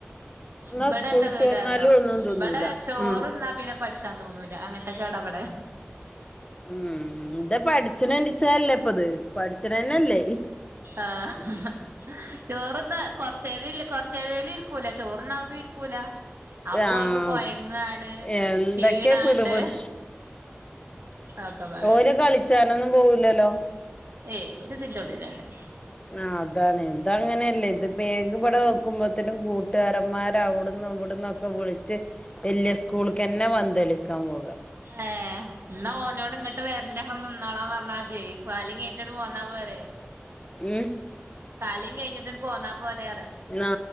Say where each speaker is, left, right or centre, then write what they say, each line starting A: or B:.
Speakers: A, on the left; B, on the right.
A: എന്നാ
B: ഇവിടെ
A: സ്കൂളിട്ട്
B: എന്താ കാട്ട
A: വന്നാലും
B: അറിയോ
A: ഒന്നും തിന്നൂല
B: ഇട ചോറന്നാ
A: ഉം
B: പിന്നെ പഠിച്ചാൻ തോന്നൂല അങ്ങനത്തെൊക്കെ ഇടപടെ
A: ഉം ഇത പഠിച്ചണ എണ്ടിച്ചല്ലേ ഇപ്പൊത് പഠിച്ചണ തന്നെല്ലേ
B: ആഹ് ചോറന്ന് കൊറച്ചര കൊറചേര ഇരിക്കും രിക്കൂല ചോറന്നാവുന്ന ഇരിക്കൂല അപ്പൊ
A: ആഹ്
B: അവക്ക് കൊയങ്ങാണ്
A: എന്തൊക്കെ
B: ക്ഷീണാണ്ട്
A: പിറുപിറു
B: ഒക്കെ പറയും
A: ഓൽ കളിച്ചാനൊന്നും പോവില്ലല്ലോ
B: ഏയ് ഓൽ ഇതിൻ്റെ ഉള്ളിൽ തന്നെ
A: ആ അതാണ് ഇത അങ്ങനെയല്ലേ ഇത് ബേഗ് ഇവിടെ വെക്കുംമ്പോത്തേനും കൂട്ടുകാരന്മാർ അവിടുന്നും ഇവിടുന്നും ഓക്കേ വിളിച്ച് വലിയ സ്കൂൾക്ക്ന്നെ വന്തേളിക്കാൻ പോകുക
B: ഏ ന്നാ ഓനോട് ഇങ്ങോട്ട് വരണ്ട അവിടെ നിന്നോളാൻ പറഞ്ഞാൽ മതി കളി കേട്ടിട്ട് പോന്നാ പോരെ
A: ഉം
B: കളി കഴിഞ്ഞിട്ട പോന്നാൽ പോരറെ
A: ആ